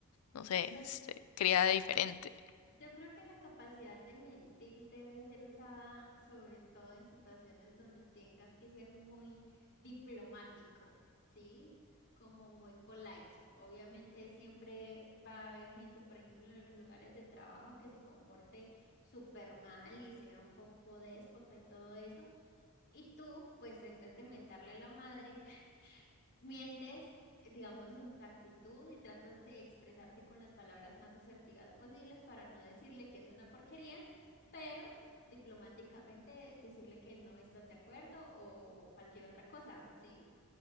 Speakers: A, on the left; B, on the left.
A: no sé,
B: Pues
A: se cría de diferente.
B: Yo creo que la capacidad de mentir debe ser usada sobre todo en situaciones donde tengas que ser muy diplomático, ¿sí? Como muy polite. Obviamente siempre va a haber gente, por ejemplo, en los lugares de trabajo que se comporte súper mal y sea un poco déspota y todo eso. Y tú, pues en vez de mentarle la madre, Mientes, eh, digamos, en tu actitud y tratas de expresarte con las palabras más asertivas posibles para no decirle que es una porquería, pero diplomáticamente decirle que no estás de acuerdo o cualquier otra cosa, ¿sí?